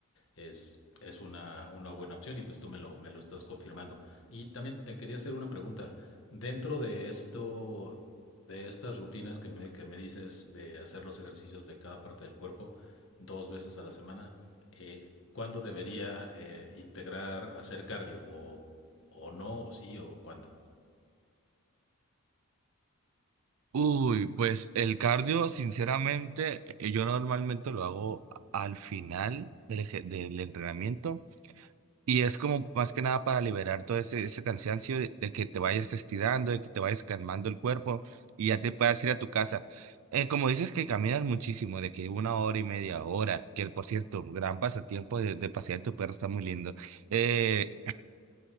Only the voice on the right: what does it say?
Uy, pues el cardio, sinceramente, eh, yo normalmente lo hago a- al final del, eje- del entrenamiento. Y es como más que nada para liberar todo ese, ese cansancio de, de que te vayas estirando, de que te vayas calmando el cuerpo y ya te puedas ir a tu casa. Eh, como dices que caminas muchísimo, de que una hora y media hora, que por cierto, gran pasatiempo de, de pasear tu perro está muy lindo. Eh,